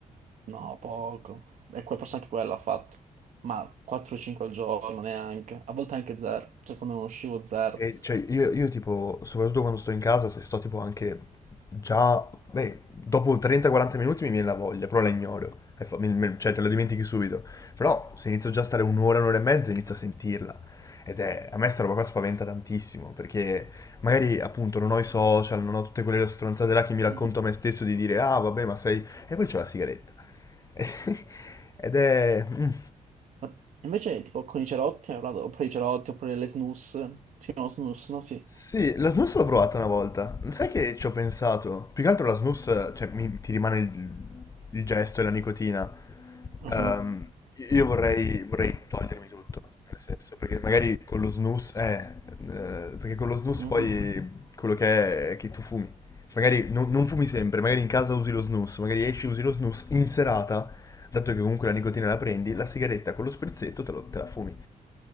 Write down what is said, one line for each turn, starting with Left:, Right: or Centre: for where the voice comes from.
Right: No, poco. E que- forse anche quello ha fatto. Ma 4-5 al giorno neanche. A volte anche zero. Cioè, quando non uscivo zero.
Left: E, cioè, io, io, tipo, soprattutto quando sto in casa, se sto tipo anche già, beh, dopo 30-40 minuti mi viene la voglia, però la ignoro, E fa- mi- mi- cioè te lo dimentichi subito. Però se inizio già a stare un'ora, un'ora e mezza, inizio a sentirla. Ed è, a me sta roba qua spaventa tantissimo, perché magari appunto non ho i social, non ho tutte quelle stronzate là che mi racconto
Right: Mhm.
Left: a me stesso di dire, ah vabbè, ma sei... E poi c'ho la sigaretta. <laughs> Ed è... mm.
Right: Ma invece, tipo, con i cerotti, hai parlato- oppure i cerotti, oppure le snus. Si chiamano snus, no? Sì.
Left: Sì, la snus l'ho provata una volta. Sai che ci ho pensato? Più che altro la snus, cioè, mi- ti rimane il, il gesto e la nicotina.
Right: Mhm,
Left: Ehm, io vorrei, vorrei togliermi tutto, nel senso, perché magari con lo snus, eh, eh, perché con lo snus
Right: mhm.
Left: poi quello che è è che tu fumi. Magari non, non fumi sempre, magari in casa usi lo snus, magari esci usi lo snus in serata, dato che comunque la nicotina la prendi, la sigaretta con lo sprizzetto te, lo- te la fumi.